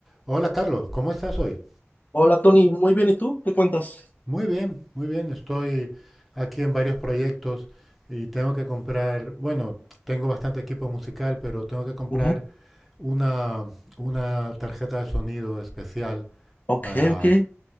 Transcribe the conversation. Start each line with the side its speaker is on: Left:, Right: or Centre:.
Centre: Hola Carlos, ¿cómo estás hoy?
Left: Hola Tony, muy bien, ¿y tú? ¿Qué cuentas?
Centre: Muy bien, muy bien. Estoy aquí en varios proyectos y tengo que comprar, bueno, tengo bastante equipo musical, pero tengo que comprar
Left: Ujú,
Centre: una, una tarjeta de sonido especial
Left: Ok,
Centre: para,
Left: ok,